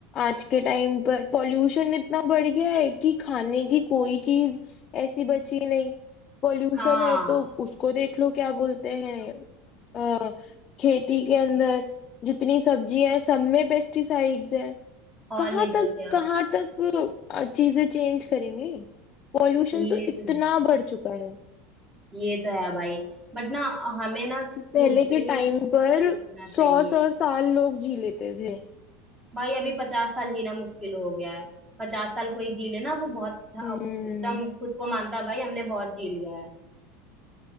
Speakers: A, on the left (about 35°); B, on the right (about 20°).
A: आज के टाइम पर पॉल्यूशन इतना बढ़ गया है कि खाने की कोई चीज ऐसी बची नहीं पॉल्यूशन
B: हाँ
A: है तो उसको देख लो क्या बोलते हैं अ, खेती के अंदर जितनी सब्जियां हैं सब में पेस्टिसाइड्स हैं
B: और
A: कहाँ
B: नहीं
A: तक
B: तो क्या
A: कहाँ तक अ, चीजें चेंज करेंगे पॉल्यूशन
B: ये
A: तो इतना
B: तो
A: बढ़ चुका है
B: ये तो है भाई बट ना हमें ना खुद
A: कि पहले
B: से
A: के
B: ही
A: टाइम
B: सोचना
A: पर
B: चाहिए
A: सौ सौ साल लोग जी लेते थे
B: भाई अभी पचास साल जीना मुश्किल हो गया है पचास साल कोई जी ले ना वो बहुत अब
A: हम्म
B: एकदम खुद को मानता है भाई हमने बहुत जी लिया है